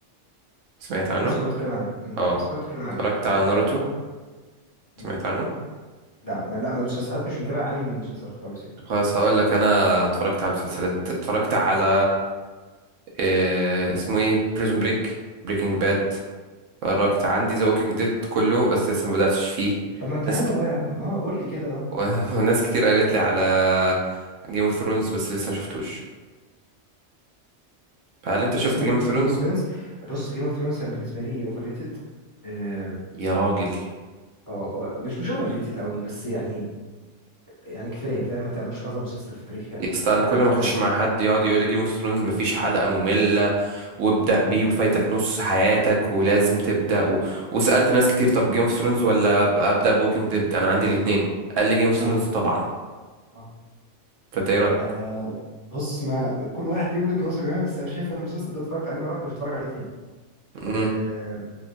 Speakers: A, on the right; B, on the left.
A: سمعت عنه
B: ناس كلها بتتكلم عليه مم.
A: اه
B: ناس كلها بتتكلم عليه
A: اتفرجت
B: ده
A: على ناروتو
B: مم.
A: سمعت عنه
B: لا ما لا ما المسلسلات مش متابع انمي مسلسلات خالص يعني
A: طب خلاص هقول لك أنا اتفرجت على مسلسلات اتفرجت على إيه اسمه ايه بريزون بريك بريكنج باد اتفرجت عندي ذا ووكينج ديد كله بس لسه ما بدأتش فيه
B: طب ما انت
A: ناس
B: حلو
A: ك...
B: اهو يا عم اه قول لي كده اه
A: و... <laughs> وناس كتير قالت لي على جيم اوف ثرونز بس لسه ما شفتوش فهل انت شفت
B: اسمه
A: جيم اوف ثرونز
B: جيم اوف ثرونز بص جيم اوف ثرونز انا بالنسبه لي اوفر ريتد اه
A: يا راجل
B: آه، آه، مش مش اوفر ريتد قوي بس يعني يعني كفايه فاهم ما تعملوش اعظم مسلسل في التاريخ يعني
A: يا اسطى
B: يعني في
A: انا
B: حاجات
A: كل ما
B: فعلا
A: اخش مع حد يقعد يقول لي جيم اوف ثرونز مفيش حلقة مملة وابدأ بيه وفايتك نص حياتك ولازم تبدأ و... وسألت ناس كتير طب جيم اوف ثرونز ولا أب- أبدأ بوكينج ديد أنا عندي الاتنين قال لي جيم اوف ثرونز
B: اه
A: طبعا
B: اه
A: فأنت إيه
B: آه،
A: رأيك؟
B: بص ما كل واحد ليه وجهه نظر يعني بس انا شايف ان المسلسل ده اتفرجت عليه مره واحده مش هتفرج عليه تاني آه
A: مم،